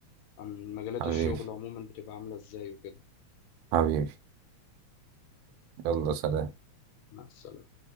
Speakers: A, on the left; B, on the right.
A: عن مجالات
B: حبيبي
A: الشغل عموما بتبقى عاملة إزاي وكده
B: حبيبي يلا
A: يلا
B: سلام
A: مع السلامة